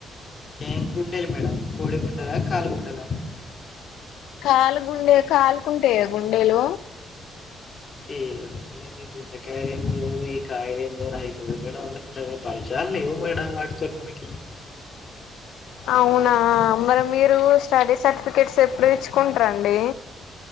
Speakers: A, on the left; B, on the left.
A: ఏం గుండెలు మేడమ్ కోడి గుండల కాల్ గుండలా
B: కాలుగుండే కాలుకుంట గుండేలు
A: ఈ గుండెకాయాలేందో ఈ కాయలేండో నాకు తెలువదు మేడం నాకు పరిచయాలు లేవు మేడం వాటితోటి మనకి
B: అవునా మరి మీరు స్టడీస్ సర్టిఫికెట్స్ ఎప్పుడు తేచ్చుకుంటారండి